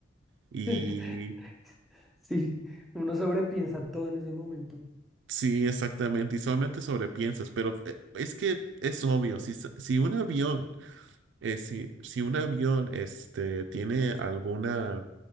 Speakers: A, on the right; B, in the centre.
A: Y
B: <laughs> Sí, uno sobrepiensa todo en ese momento.
A: sí, exactamente, y solamente sobrepiensas, pero eh, es que es obvio, si, sa- si un avión eh, si, si un avión este, tiene alguna